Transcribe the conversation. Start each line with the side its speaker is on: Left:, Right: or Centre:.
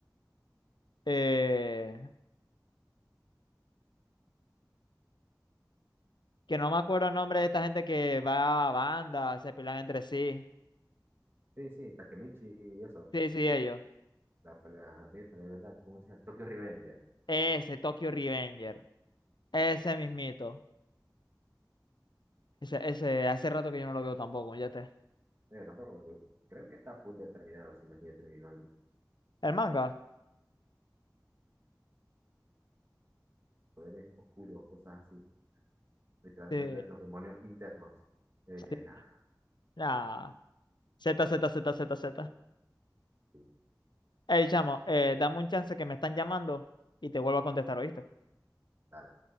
Left: eh, que no me acuerdo el nombre de esta gente que va a bandas, se pelean entre sí.
Right: Sí, sí, Takemichi y eso.
Left: Sí, sí, ellos.
Right: La pelea abierta, la libertad. ¿Cómo se llama? Tokyo Revenger.
Left: Ese, Tokyo Revenger. Ese mismito. Ese, ese, hace rato que yo no lo veo tampoco, ya te.
Right: No, yo tampoco. yo creo que está a punto de terminar, o si no es que ya terminó. el-
Left: ¿El manga?
Right: Poderes oscuros, cosas así. Literalmente
Left: Sí,
Right: los demonios internos. Yo dije,
Left: sí.
Right: nah,
Left: Nah. Z, Z, Z, Z, Z.
Right: sí,
Left: Ey, chamo, eh, dame un chance que me están llamando y te vuelvo a contestar, ¿oíste?
Right: dale.